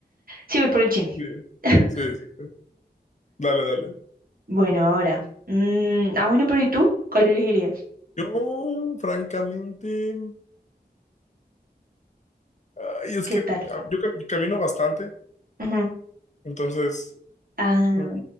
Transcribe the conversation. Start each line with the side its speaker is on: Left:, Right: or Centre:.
Right: Sí, voy por el chino.
Left: Sí,
Right: <laughs>
Left: sí, sí, sí. Dale, dale.
Right: Bueno, ahora. mm, ah, bueno, pero ¿y tú? ¿Cuál elegirías?
Left: Yo, francamente, ay, es
Right: ¿Qué
Left: que
Right: tal?
Left: ah, yo cam- camino bastante,
Right: Ujú.
Left: entonces,
Right: Ah,
Left: mm,